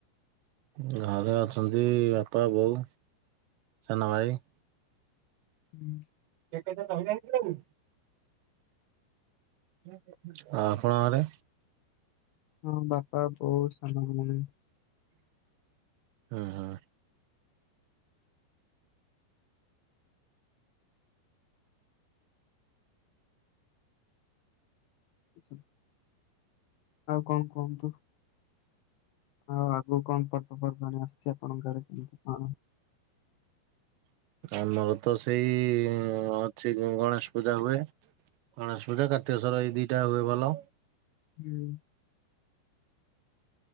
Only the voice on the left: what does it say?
ହୁଁ।
ହଁ ବାପା, ବୋଉ, ସାନ ଭଉଣୀ।
ଆଛା। <unintelligible> ଆଉ କଣ କୁହନ୍ତୁ? ଆଉ ଆଗକୁ କଣ ପର୍ବପର୍ବାଣି ଆସିଛି ଆପଣଙ୍କ ଆଡେ କେମିତି କଣ
ହୁଁ।